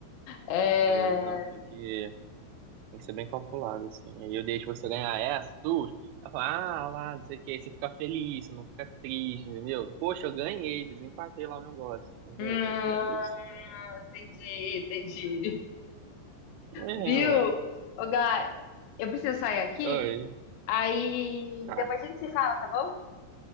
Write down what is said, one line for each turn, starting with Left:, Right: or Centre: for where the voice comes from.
Left: É...
Right: entendeu? Aí não, tem que. Tem que ser bem calculado, assim. Aí eu deixo você ganhar essa, duas. Ela fala, ah, lá, não sei o que. Aí você fica feliz, você não fica triste, entendeu? Poxa, eu ganhei, desempatei lá o negócio, entendeu?
Left: hum,
Right: E é isso.
Left: entendi, entendi.
Right: É,
Left: Viu?
Right: ué.
Left: Ô, Gá, eu preciso sair aqui.
Right: Oi,
Left: Aí
Right: tá.
Left: depois a gente se fala, tá bom?